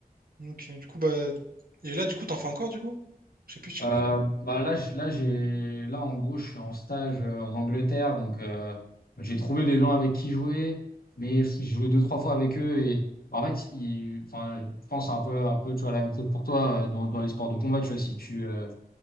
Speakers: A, on the right; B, on the left.
A: Ok, du coup, bah. Et là, du coup, t'en fais encore, du coup? Je sais plus si
B: Euh,
A: tu me l'as dit.
B: bah là, je- là, j'ai, là, en gros, je suis en stage euh, en Angleterre. Donc, euh, j'ai trouvé des gens avec qui jouer, mais j'ai joué deux, trois fois avec eux. Et bah, en fait, ils- enfin, je pense un peu, un peu, tu vois, la même chose pour toi euh, dans, dans les sports de combat. Tu vois, si tu, euh,